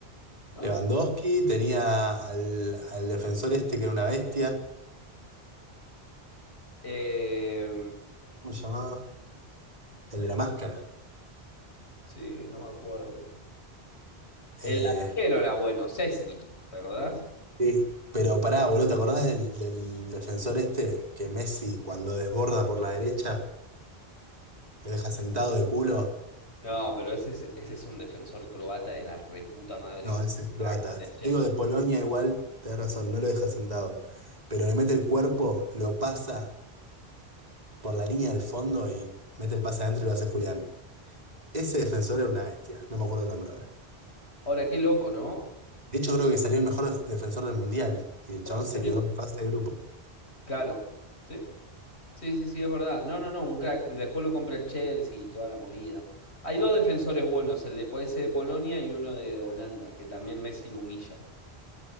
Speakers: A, on the left (about 85°); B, on the right (about 40°).
A: ¿no?
B: Lewandowski tenía al, al defensor este que era una bestia.
A: Eh,
B: ¿Cómo se llamaba? El de la máscara.
A: sí, no me acuerdo. El
B: Eh,
A: arquero era bueno, Cesnik, ¿te acordás?
B: Sí. pero pará, boludo, ¿te acordás del, del defensor este que Messi cuando desborda por la derecha lo deja sentado de culo?
A: No, pero ese es, ese es un defensor croata de la reputa madre
B: No,
A: que
B: ese es croata.
A: crack, el del Chelsea.
B: Yo digo de Polonia igual, tenés razón, no lo deja sentado. Pero le mete el cuerpo, lo pasa por la línea del fondo y mete el pase adentro y lo hace Julián. Ese defensor era una bestia, no me acuerdo el nombre ahora.
A: Ahora, qué loco, ¿no?
B: De hecho, creo que salió el mejor def- defensor del mundial. Y el
A: ¿Cuántos
B: chabón se
A: años?
B: quedó en fase de grupo.
A: Claro, sí, sí, sí, sí, es verdad. No, no, no, un crack. Después lo compra el Chelsea y toda la movida. Hay dos defensores buenos, el de ese de Polonia y uno de Holanda, que también Messi lo humilla.